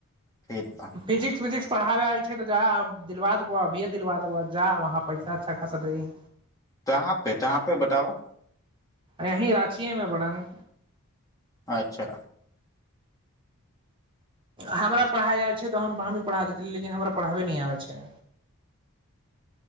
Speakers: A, on the left; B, on the right.
A: खेत बा
B: फिजिक्स विजिक्स पढ़ाबे आय छै तऽ जा दिलवा देबह अभिय दिलवा देबह जा वहाँ पैसा अच्छा खासा दही
A: कहाँ पे कहाँ पे बताबा
B: यहीं राचियमें पड़ंग
A: अच्छा
B: हमरा पढ़ाइ आइ छै तऽ हम हमही पढ़ा देतै लेकिन हमरा पढ़ाबे नहि आबै छै